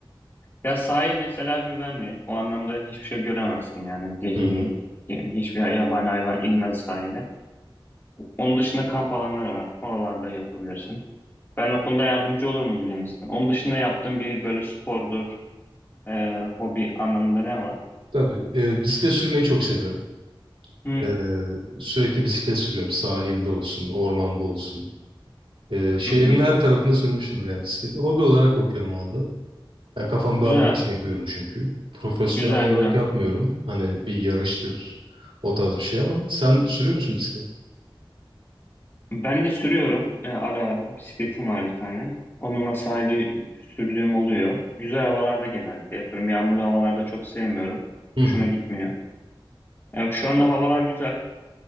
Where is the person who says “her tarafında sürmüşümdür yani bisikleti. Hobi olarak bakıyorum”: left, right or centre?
Right